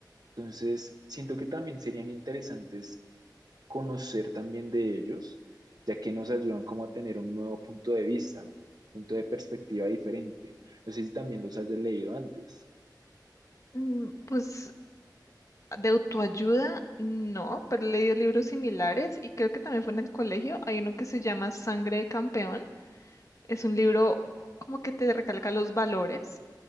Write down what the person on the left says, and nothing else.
Mm, Pues de autoayuda, no, pero he leído libros similares y creo que también fue en el colegio. Hay uno que se llama Sangre de Campeón. Es un libro como que te recalca los valores.